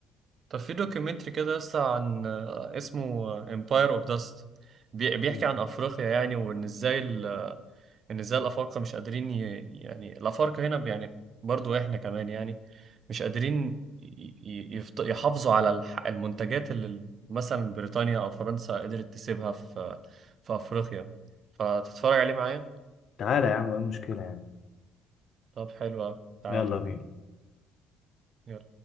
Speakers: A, on the right; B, on the left.
A: طب في دوكيومنتري كده لسه عن آه، اسمه Empire of Dust بي- بيحكي
B: مم.
A: عن افريقيا يعني وان ازاي ال... ان ازاي الافارقه مش قادرين ي... يعني الافارقه هنا يعني برضو احنا كمان يعني مش قادرين ي... ي- يفت... يحافظوا على الح... المنتجات اللي ال- مثلا بريطانيا او فرنسا قدرت تسيبها في في افريقيا فتتفرج عليه معايا
B: تعالى يا عم ايه المشكلة يعني
A: طب حلو أوي. تعال
B: يلا بينا
A: يلا